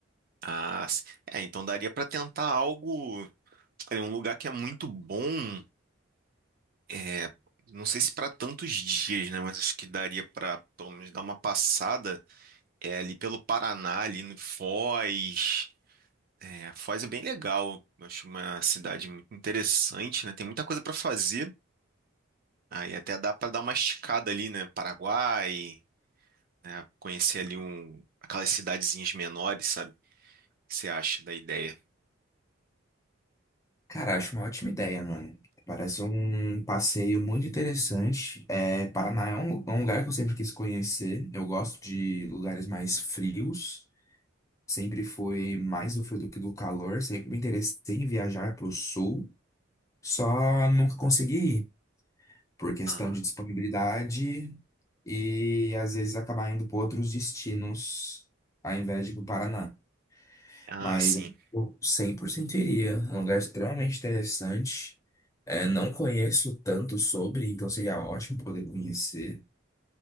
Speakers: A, on the right (about 45°); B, on the left (about 15°).
A: Ah, s- é, então daria para tentar algo, é, um lugar que é muito bom, é, não sei se para tantos dias, né, mas acho que daria para pelo menos dar uma passada é, ali pelo Paraná, ali no Foz. É, Foz é bem legal, eu acho uma cidade muito interessante, né, tem muita coisa para fazer. Aí até dá para dar uma esticada ali, né, Paraguai, né, conhecer ali um, aquelas cidadezinhas menores, sabe? O que você acha da ideia?
B: Cara, acho uma ótima ideia, mano. Parece um passeio muito interessante. É, Paraná é um, é um lugar que eu sempre quis conhecer. Eu gosto de lugares mais frios. Sempre foi mais do frio do que do calor. Sempre me interessei em viajar para o sul. Só nunca consegui por questão
A: Aham.
B: de disponibilidade e às vezes acabar indo para outros destinos ao invés de ir para o Paraná.
A: Ah,
B: Mas
A: sim.
B: eu 100% iria. É um lugar extremamente interessante. É, não conheço tanto sobre, então seria ótimo poder conhecer.